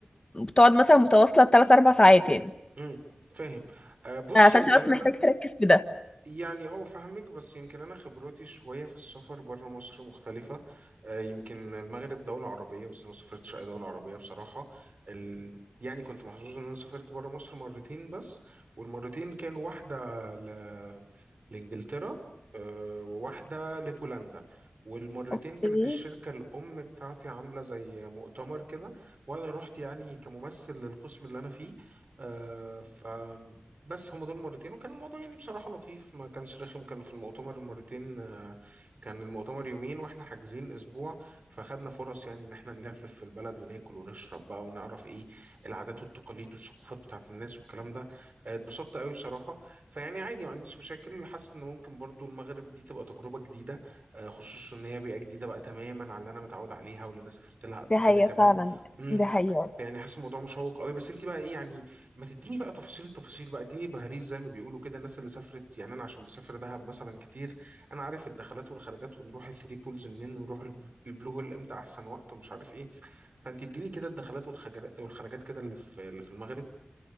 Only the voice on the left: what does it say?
وبتقعد مثلا متواصلة 3 4 ساعات يعني
ف- فأنت
بس
محتاج تركز في ده
اوكي
دي حقيقة
فعلا
دي حقيقة